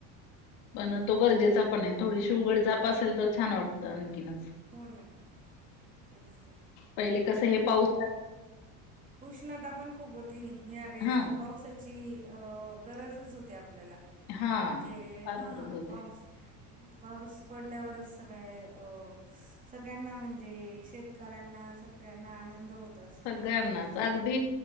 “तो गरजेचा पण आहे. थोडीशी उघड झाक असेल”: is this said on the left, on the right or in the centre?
Left